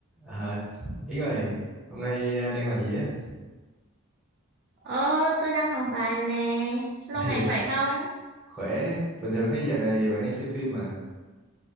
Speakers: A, in the centre; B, on the right (about 50°).
A: À, Yến ơi, hôm nay à, đang làm gì á?
B: Ờ, tôi đang học bài nè.
A: <laughs>
B: Lâu
A: Đây,
B: ngày
A: à,
B: khỏe không?
A: khỏe. Bình thường thấy giờ này bạn đang xem phim mà. <laughs>